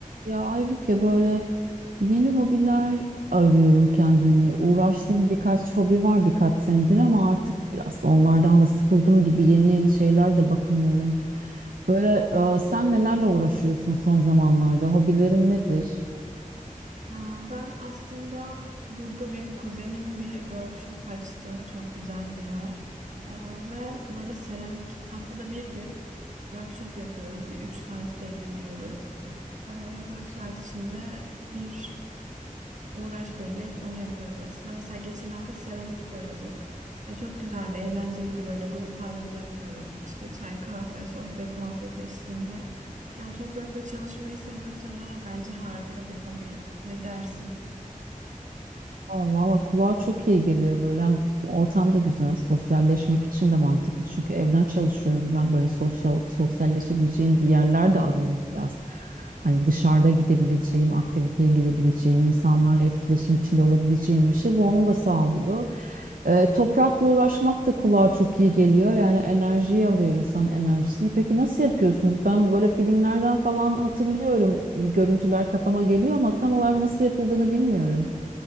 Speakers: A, on the right; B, on the right.
A: Ya Aybüke böyle yeni hobiler arıyorum kendime. Uğraştığım birkaç hobi var birkaç senedir ama artık biraz onlardan da sıkıldım gibi yeni yeni şeyler de bakınıyorum. Böyle e, sen nelerle uğraşıyorsun son zamanlarda? Hobilerin nedir?
B: Ee, Ben aslında burada benim kuzenim bir workshop açtı. Çok güzel bir yer. Ee, Ve böyle seramik haftada bir gün workshop yapıyoruz. Bir 3 saat belirliyoruz. Ee, Ve bu 3 saat içinde bir uğraş belirleyip onu yapıyoruz aslında. Mesela geçen hafta seramik boyadık. Yani çok güzeldi, eğlenceliydi. Böyle grup halinde yapıyoruz. İşte çay, kahve, sohbet, muhabbet eşliğinde. Yani toprakla çalışmayı seviyorsan eğer bence harika bir hobi. Ne dersin?
A: Aa, Valla kulağa çok iyi geliyor böyle. Hem Ortam da güzel. Sosyalleşmek için de mantıklı. Çünkü evden çalışıyorum. Ben böyle sosyal sosyalleşebileceğim bir yerler de arıyorum biraz. Hani dışarıda gidebileceğim, aktiviteye girebileceğim, insanlarla etkileşim içinde olabileceğim bir şey. Bu onu da sağlıyor. Ee, toprakla uğraşmak da kulağa çok iyi geliyor. Yani enerjiyi alıyor insanın enerjisini. Peki nasıl yapıyorsunuz? Ben böyle filmlerden falan hatırlıyorum. Bir görüntüler kafama geliyor ama tam olarak nasıl yapıldığını bilmiyorum.